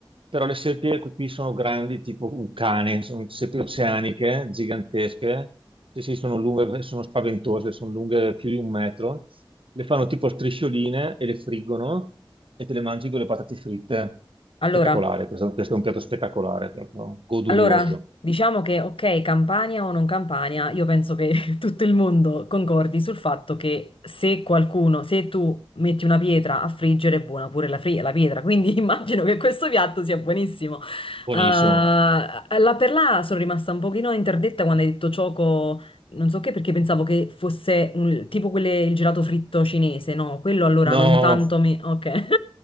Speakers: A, on the right; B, on the left.
A: Però le seppie qui sono grandi, tipo un cane, sono seppie oceaniche, gigantesche. Sì, sì, sono lunghe, sono spaventose, sono lunghe più di un metro. Le fanno tipo a striscioline e le friggono e te le mangi con le patate fritte.
B: allora
A: Spettacolare, questo, questo è un piatto spettacolare, proprio godurioso.
B: Allora, diciamo che ok, Campania o non Campania, io penso che <laughs> tutto il mondo concordi sul fatto che se qualcuno, se tu metti una pietra a friggere, è buona pure la, fri- la pietra, quindi <laughs> immagino che questo piatto sia buonissimo.
A: Buonissimo.
B: Eh, la per là sono rimasta un pochino interdetta quando hai detto cioco, non so che, perché pensavo che fosse un- tipo quelle, il gelato fritto cinese, no? Quello allora
A: No,
B: non tanto mi... Ok, <laughs>